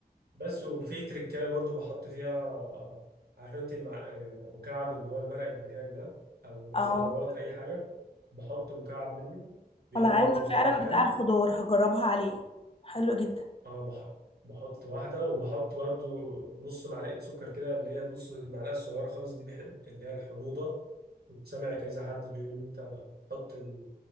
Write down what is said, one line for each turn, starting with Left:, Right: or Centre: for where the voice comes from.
Right: بس وفي تريكايه برضو بحط فيها آه، عارفه انت المع... آه، مكعب اللي هو مرق الدجاج ده او بالخضروات
Left: اه
Right: اي حاجه بحط مكعب منه بيدي
Left: انا عندي
Right: برضو
Left: فعلا
Right: طعم حلو
Left: بتاع الخضار هجربها عليه حلو جدا
Right: اه بحط بحط واحدة وبحط برضو نص معلقة سكر كده اللي هي النص المعلقة الصغيرة خالص دي بحب اللي هي الحموضة كنت سامع كذا حد بيقول إن أنت بتحط ال-